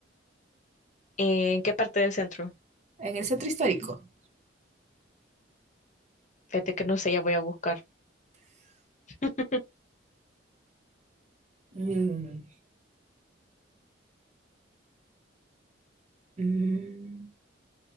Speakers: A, on the left; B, on the right.
A: ¿En qué parte del centro?
B: En el centro histórico.
A: Fíjate que no sé, ya voy a buscar. <laughs>
B: Mm, mm,